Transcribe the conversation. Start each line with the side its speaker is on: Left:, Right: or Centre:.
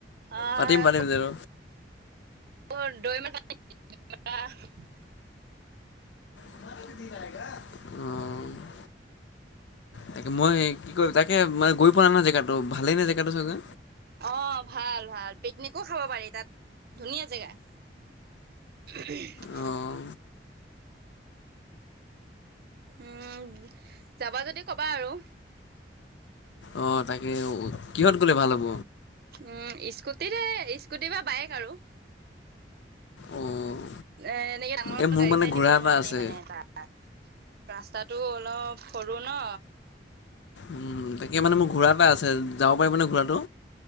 Right: অ',
Left: পাতিম পাতিম যে ৰ
Right: <unintelligible>
Left: <unintelligible> অ তাকে মই কি কয় তাকে মানে গৈ পোৱা নহয় জেগাটো ভালেই নে জেগাটো চাগে?
Right: অঁ ভাল ভাল পিকনিকো খাব পাৰি তাত ধুনীয়া জেগা <unintelligible>
Left: অঁ
Right: উম যাবা যদি কবা আৰু
Left: অ তাকে কিহত গলে ভাল হ'ব?
Right: উম স্কুটিৰে স্কুটি বা বাইক আৰু
Left: অঁ
Right: এ এনেকে ডাঙৰ
Left: এই মোৰ
Right: গাড়ী
Left: মানে
Right: চাৰি
Left: ঘোঁৰা
Right: নিব
Left: এটা
Right: নোৱাৰি
Left: আছে
Right: মানে তাত ৰাস্তাটো অলপ সৰু ন
Left: উম তাকে মানে মোৰ ঘোঁৰা এটা আছে যাব পাৰিবনে ঘোঁৰাটো?